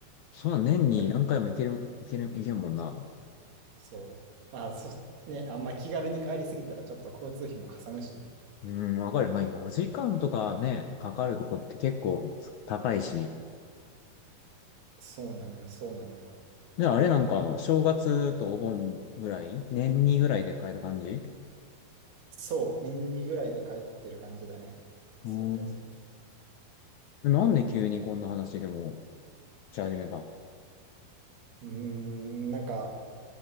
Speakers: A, on the left (about 70°); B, on the right (about 90°).
A: そんな年に何回も行ける、
B: う。だから
A: 行ける、行けるもんな。
B: そう。まあそ、ね、あんま気軽に帰りすぎたらちょっと交通費もかさむしね。
A: うん、わかる。まあ4時間とかね、かかるとこって結構高いし。
B: そうなのよ、そうなのよ。
A: で、あれなんかあの、正月とお盆ぐらい年にぐらいで帰る感じ
B: そう、年2ぐらいで帰ってる感じだね。最大その時。
A: うん。なんで急にこんな話でもし始めたあ
B: うーん、なんか、